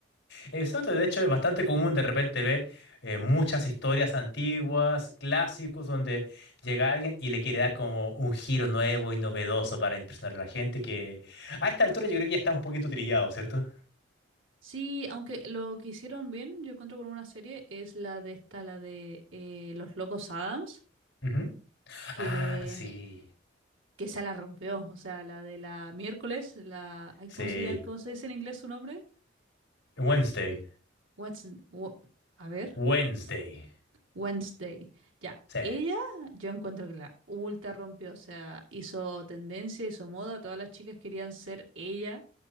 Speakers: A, on the left; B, on the right.
A: Exacto, de hecho es bastante común de repente ver eh, muchas historias antiguas, clásicos, donde llega alguien y le quiere dar como un giro nuevo y novedoso para impresionar a la gente, que a esta altura yo creo que ya está un poquito trillado, ¿cierto?
B: Sí, aunque lo que hicieron bien, yo encuentro con una serie, es la de esta, la de eh, Los Locos Adams,
A: Ujú.
B: que,
A: Ah, sí,
B: que esa la rompió. O sea, la de la miércoles, la. ay,
A: sí.
B: ¿cómo se llama? ¿Cómo se dice en inglés su nombre?
A: Wednesday,
B: Wednesday. a ver.
A: Wednesday,
B: Wednesday. Ya,
A: sí.
B: ella, yo encuentro que la ultra rompió. O sea, hizo tendencia, hizo moda, todas las chicas querían ser ella.